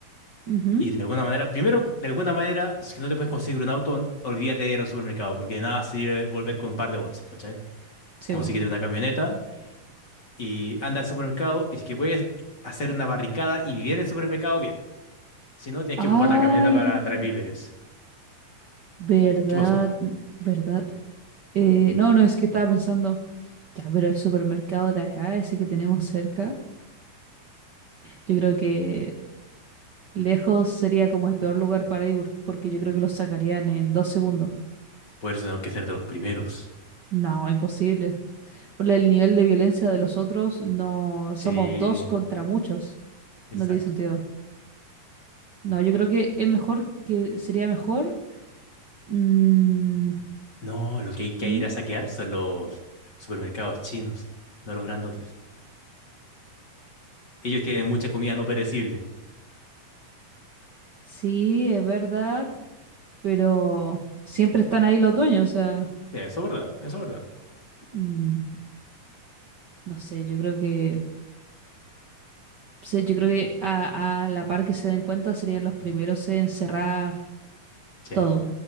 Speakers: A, on the right (about 45°); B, on the left (about 35°).
A: Ujú.
B: y de alguna manera, primero, de alguna manera, si no te puedes conseguir un auto, olvídate de ir al supermercado, porque de nada sirve volver con un par de bolsas, ¿cachai?
A: Sí,
B: Consíguete
A: po.
B: una camioneta y anda al supermercado y si que puedes hacer una barricada y vivir en el supermercado, bien. Si no, tienes
A: Ay,
B: que ocupar la camioneta para traer víveres.
A: ¿Verdad?
B: ¿Qué pasó?
A: ¿Verdad?
B: Sí.
A: Eh, no, no, es que estaba pensando, ya, pero el supermercado de acá, ese que tenemos cerca, yo creo que lejos sería como el peor lugar para ir por- porque yo creo que los sacarían en dos segundos.
B: Por eso tengo que ser de los primeros.
A: No, imposible. Por el nivel de violencia de los otros, no, somos
B: Sí,
A: dos contra muchos.
B: exacto.
A: No tiene sentido. No, yo creo que es mejor que sería mejor. mm,
B: No, lo que hay que
A: ¿Mm?
B: ir a saquear son los supermercados chinos, no los grandotes. Ellos tienen mucha comida no perecible.
A: sí, es verdad, pero siempre están ahí los dueños, o sea.
B: Sí, eso es verdad, eso es verdad.
A: Mm, no sé, yo creo que, sí, yo creo que a, a la par que se den cuenta serían los primeros en cerrar
B: Che.
A: todo.